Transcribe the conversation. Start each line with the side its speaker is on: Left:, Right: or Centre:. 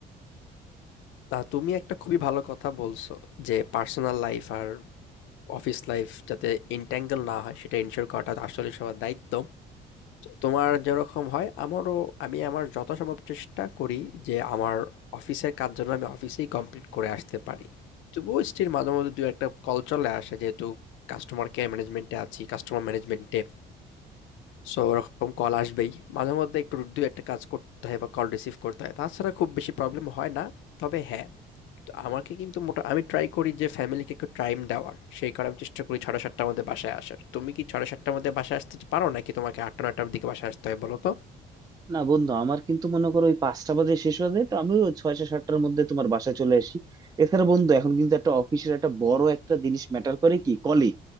Left: তা তুমি একটা খুবই ভালো কথা বলছো যে পার্সোনাল লাইফ আর অফিস লাইফ যাতে ইন্ট্যাঙ্গল না হয় সেটা ইনশিওর করাটা আসলে সবার দায়িত্ব তোমার যেরকম হয় আমারও আমি আমার যথাসম্ভব চেষ্টা করি যে আমার অফিসের কাজ যেন আমি অফিসেই কমপ্লিট করে আসতে পারি তবুও স্টিল মাঝে মধ্যে দু একটা কল চলে আসে যেহেতু কাস্টমার কেয়ার ম্যানেজমেন্টে আছি কাস্টমার ম্যানেজমেন্টে সো ওরকম কল আসবেই মাঝে মধ্যে একটু দু একটা কাজ করতে হয় বা কল রিসিভ করতে হয় তাছাড়া খুব বেশি প্রবলেম হয় না তবে হ্যাঁ তো আমাকে কিন্তু মোটা আমি ট্রাই করি যে ফ্যামিলিকে একটু টাইম দেওয়ার সেই কারণে আমি চেষ্টা করি ছটা সাতটার মধ্যে বাসায় আসার তুমি কি ছটা সাতটার মধ্যে বাসায় আসতে পারো নাকি তোমাকে আটটা নয়টার দিকে বাসায় আসতে হয় বলো তো
Right: না বন্ধু আমার কিন্তু মনে করো ওই পাঁচটা বাজে শেষ হয়ে যায় তো আমি ওই ছয়টা সাতটার মধ্যে তোমার বাসায় চলে আসি এছাড়া বন্ধু এখন কিন্তু একটা অফিসের একটা বড় একটা জিনিস ম্যাটার করে কি কলিগ